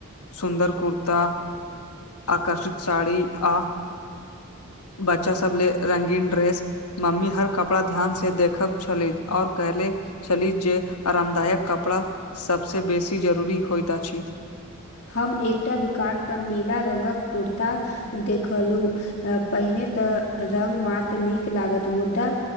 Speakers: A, on the left (about 90°); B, on the left (about 50°).
A: सुन्दर कुर्ता आकर्षक साड़ी आ बच्चा सब ले रंगीन ड्रेस मम्मी हर कपड़ा ध्यान से देखब छलै और कहले छली जे आरामदायक कपड़ा सबसे बेसी जरूरी होइत अछि
B: हम एकटा दुकान पर नीला रंगक कुर्ता देखलू पहिने तऽ रंग मात्र नीक लागत मुदा